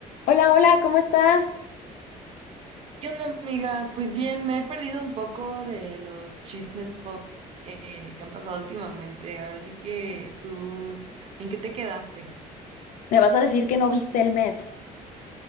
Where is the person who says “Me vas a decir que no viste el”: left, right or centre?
Left